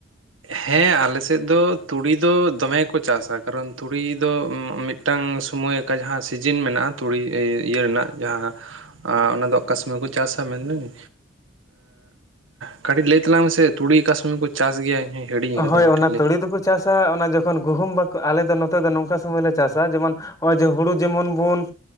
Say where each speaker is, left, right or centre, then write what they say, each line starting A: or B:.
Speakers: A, on the right; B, on the left.
A: ᱦᱮᱸ ᱟᱞᱮᱥᱮᱫ ᱫᱚ ᱛᱩᱲᱤ ᱫᱚ ᱫᱚᱢᱮ ᱠᱚ ᱪᱟᱥᱟ ᱠᱟᱨᱚᱱ ᱛᱩᱲᱤ ᱫᱚ ᱢᱤᱫ ᱢᱤᱫᱴᱟᱝ ᱥᱚᱢᱚᱭ ᱟᱠᱟ ᱡᱟᱦᱟᱸ ᱥᱤᱡᱤᱱ ᱢᱮᱱᱟᱜᱼᱟ, ᱛᱩᱲᱤ ᱤᱭᱟᱹ ᱨᱮᱱᱟᱜ ᱡᱟᱦᱟᱸ ᱟᱨ ᱚᱱᱟᱫᱚ ᱚᱠᱟ ᱥᱚᱢᱚᱭ ᱠᱚ ᱪᱟᱥᱟ ᱢᱮᱱᱫᱟᱹᱧ ᱠᱟᱹᱴᱤᱡ ᱞᱟᱹᱭ ᱛᱟᱞᱟᱝ ᱢᱮᱥᱮ ᱛᱩᱲᱤ ᱚᱠᱟ ᱥᱚᱢᱚᱭ ᱠᱚ ᱪᱟᱥ ᱜᱮᱭᱟ? ᱤᱧ ᱦᱚᱧ ᱦᱤᱲᱤᱧ ᱟᱠᱟᱫᱟ
B: ᱦᱳᱭ ᱚᱱᱟ
A: ᱠᱟᱹᱴᱤᱡ ᱞᱟᱹᱭ
B: ᱛᱩᱲᱤ ᱫᱚᱠᱚ ᱪᱟᱥᱟ ᱚᱱᱟ ᱡᱚᱠᱷᱚᱱ ᱜᱩᱦᱩᱢ ᱵᱟᱠᱚ ᱟᱞᱮᱫᱚ ᱱᱚᱛᱮ ᱫᱚ ᱱᱚᱝᱠᱟ ᱥᱚᱢᱚᱭᱞᱮ ᱪᱟᱥᱟ ᱡᱮᱢᱚᱱ ᱱᱚᱜᱼᱚᱭ ᱡᱮ ᱦᱩᱲᱩ ᱡᱮᱢᱚᱱ ᱵᱚᱱ